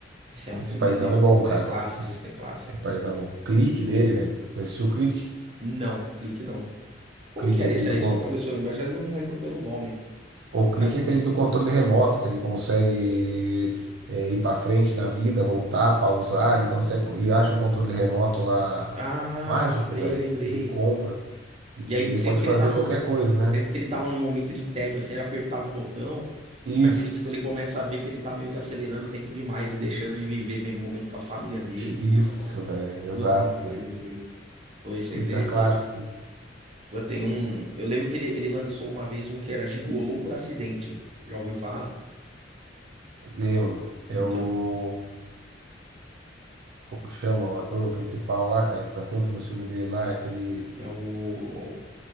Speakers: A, on the right; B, on the right.
A: Esse é um
B: Esse
A: filme
B: paizão
A: meu,
B: é bom,
A: é
B: cara.
A: clássico,
B: Esse
A: esse é clássico.
B: é paizão bom. Clique dele, velho. Você assistiu o clique?
A: Não, clique não. Como
B: Clique
A: que era
B: é aquele
A: esse aí?
B: do conto.
A: Só pra ver se eu lembro. Já eu não lembro pelo nome.
B: O
A: Será
B: clique
A: que
B: é aquele
A: um.
B: do controle remoto, que ele consegue é, ir pra frente na vida, voltar, pausar, ele consegue. Ele acha um controle remoto lá
A: Ah,
B: mágico,
A: lembrei,
B: velho.
A: lembrei.
B: Ele compra. E
A: E aí,
B: ele
A: sempre
B: pode
A: que
B: fazer
A: ele tá num.
B: qualquer coisa, né?
A: Sempre que ele tava num momento de tédio, assim, ele apertava o botão.
B: Isso,
A: Só que ele, tipo, ele começa a ver que ele tá meio que acelerando o tempo demais e deixando de viver mesmo momento com a família dele.
B: isso,
A: Então, não é?
B: velho,
A: Pô,
B: exato,
A: lembrei,
B: velho.
A: lembrei. Pô, isso
B: Esse
A: é interessante.
B: é clássico.
A: Pô, tem um. Eu lembro que ele, ele lançou uma vez um que era Gigolô por acidente. Já ouviu falar?
B: Lembro. É
A: Então,
B: o. Como chama o ator principal lá, cara, que tá sempre no filme dele lá, é aquele.
A: é o.